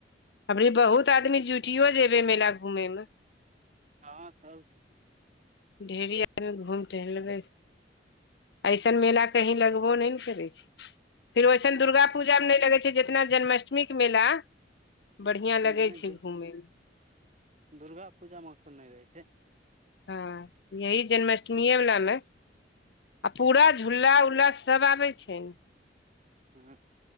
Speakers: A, on the left; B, on the right.
A: अरी बहुत आदमी जुठियो जेबे मेला घूमे मे
B: हँ त कि
A: ढेरी आदमी घूम टहर लेबै ऐसन मेला कहीं लगबो नहि ने करै छै फेर ओइसन दुर्गा पूजामे नहि लगै छै जितना जन्माष्टमी मेला बढ़ियां लगै
B: नहि
A: छै
B: द
A: घूमे मे
B: दुर्गा पूजामे ओसन नहि रहै छै
A: हँ यही जन्माष्टमीएवलामे आ पूरा झूला उला सभ आबै छै ने
B: अं